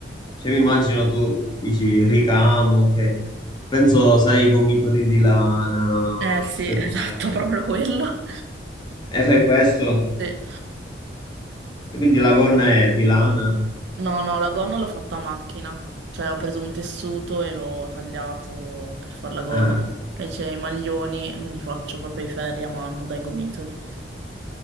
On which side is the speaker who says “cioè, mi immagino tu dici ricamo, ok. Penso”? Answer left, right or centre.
Left